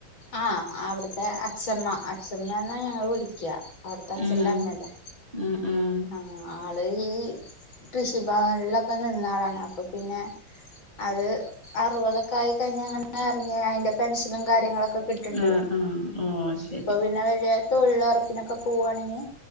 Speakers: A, on the left; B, on the right.
A: ആഹ് അവിട്ത്തെ അച്ഛമ്മ അച്ഛമ്മേന്നാ ഞങ്ങള് വിളിക്യാ അവ്ട്ത്തെ അച്ഛന്റമ്മല്ലേ
B: ഉം ഉം ഉം
A: ആഹ് ആള് ഈ കൃഷിഭവൻലൊക്കെ നിന്നാളാണ് അപ്പൊ പിന്നെ അത് അറുവതൊക്കായി കഴിഞ്ഞാ ഇങ്ങനെ എറങ്ങ്യാ അയിന്റെ പെൻഷനും കാര്യങ്ങളൊക്കെ ഇപ്പ കിട്ട്ണ്ട്
B: ഉം ഉം ഓ ശരി
A: ഇപ്പ പിന്നെ വല്യ തൊഴിലൊറപ്പിനൊക്കെ പോവാണെങ്കി